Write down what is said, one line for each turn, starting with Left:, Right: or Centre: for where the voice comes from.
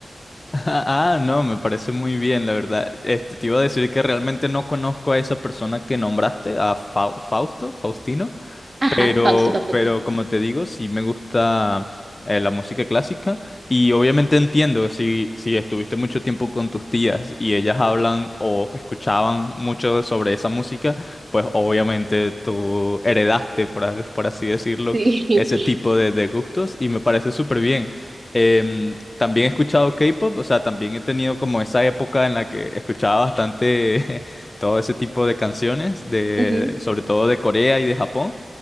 Left: Ah, no, me parece muy bien, la verdad. Este, te iba a decir que realmente no conozco a esa persona que nombraste, a Fau- Fausto, Faustino.
Right: Ajá,
Left: Pero,
Right: Fausto Papetti.
Left: pero como te digo, sí me gusta eh, la música clásica y obviamente entiendo si, si estuviste mucho tiempo con tus tías y ellas hablan o escuchaban mucho sobre esa música, pues obviamente tú heredaste, por, a- por así decirlo,
Right: Sí.
Left: ese tipo de, de gustos y me parece súper bien. Em, también he escuchado K-pop, o sea, también he tenido como esa época en la que escuchaba bastante <laughs> todo ese tipo de canciones, de,
Right: <laughs> Ujú,
Left: sobre todo de Corea y de Japón.